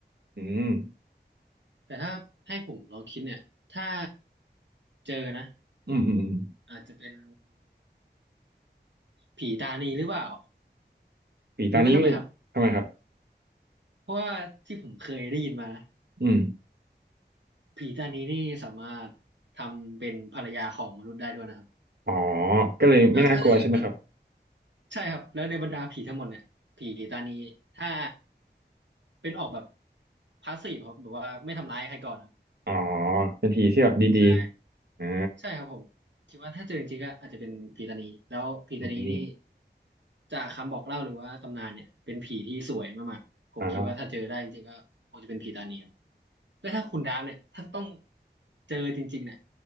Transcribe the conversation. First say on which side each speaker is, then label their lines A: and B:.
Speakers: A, on the right; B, on the right.
A: อืม
B: แต่ถ้าให้ผมลองคิดเนี่ยถ้าเจอนะ
A: อืมอืมอืม
B: อาจจะเป็นผีตานีหรือเปล่า
A: ผีตานี้นี่ทำไมครับ
B: รู้ไหมทำไมครับเพราะว่าที่ผมเคยได้ยินมานะ
A: อืม
B: ผีตานีนี่สามารถทำเป็นภรรยาของมนุษย์ได้ด้วยนะครับ
A: อ๋อก็เลยไม่น่ากลัวใช่ไหมครับ
B: แล้วถ้าในบรรใช่ครับแล้วในบรรดาผีทั้งหมดเนี่ยผีตานีถ้าเป็นออกแบบพาสซีฟครับแบบว่าไม่ทำร้ายใครก่อนครับ
A: อ๋อเป็นผีที่แบบดีๆอ่า
B: ใช่ ใช่ครับผมคิดว่าถ้าเจอจริงๆก็อาจจะเป็นผีตานีแล้วผีตานีนี่
A: อืม
B: จากคำบอกเล่าหรือว่าตำนานเนี่ยเป็นผีที่สวยมากๆผมคิดว่าถ้าเจอได้จริงๆก็คงจะเป็นผีตานีครับ
A: อ่า
B: แล้วถ้าคุณดามเนี่ยถ้าต้องเจอจริงๆเนี่ย